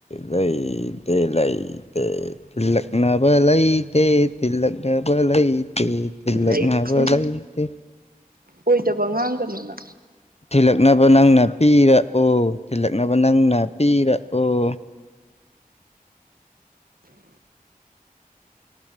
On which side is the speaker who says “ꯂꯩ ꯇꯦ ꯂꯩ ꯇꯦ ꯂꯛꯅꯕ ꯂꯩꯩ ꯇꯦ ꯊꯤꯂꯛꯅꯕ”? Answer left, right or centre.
Left